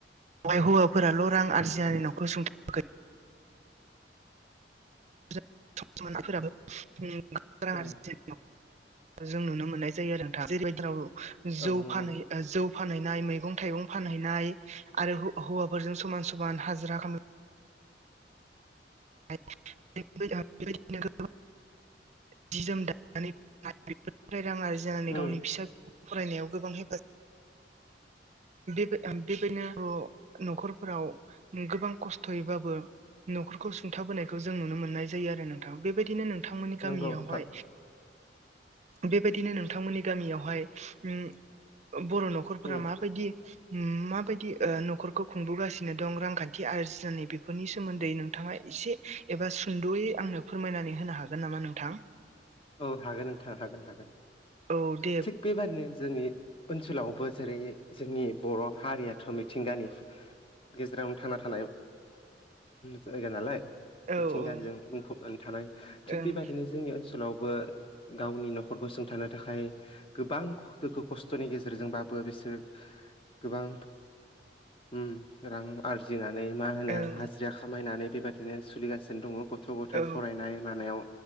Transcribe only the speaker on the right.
बेहाय हौवाफोराल' रां आरजिनानै न'खौ सुंथ'वाखै सम मोनाफोराबो <unintelligible> आरजि
जों नुनो मोननाय जायो आरो दा जेरैबायदि राव जौ
फानहै ओ जौ फानहैनाय मैगं थाइगं फानहैनाय। आरो हौ हौवाफोरजों समान समान हाजिरा खला <unintelligible> जि जोम दानानै फानानै बेफोरफ्राय रां आरि जानानै
गावनि फिसा फरायनायाव गोबां हेफाजाब बे ओ बेबायदिनो' न'खरफोराव गोबां खस्थ'यैबाबो न'ख खौ सुंथाबोनायखौ जों नुनो मोननाय जायो आरो नोंथां बेबायदिनो नोंथांमोननि गामियावहाय
बेबायदिनो नोंथांमोननि गामियावहाय उम बर' न'खरफोरा
माबायदि माबायदि ओ न'खरखौ खुंबोगासिनो दं रांखान्थि आरजि नानै बेफोरनि सोमोन्दै नों नोंथाङा एसे एबा सुंद'यै आंनो फोरमायनानै होनो हागोन नामा नोंथां।
औ दे
औ
औ
ओं
ओं
औ